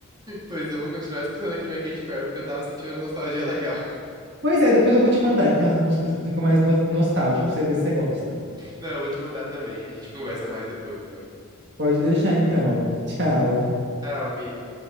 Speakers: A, on the right (about 20°); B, on the right (about 55°).
A: Pois eu vou continuar escutando aqui minha Katy Perry, porque eu tava sentindo uma nostalgia <laughs> legal.
B: Pois é, depois eu vou te mandar, então, as músicas que ficam mais no- nostálgicas, pra você ver se você gosta.
A: Não, eu vou te mandar também. A gente conversa mais depois, então.
B: Pode deixar então. Tchau.
A: Tchau, amigo.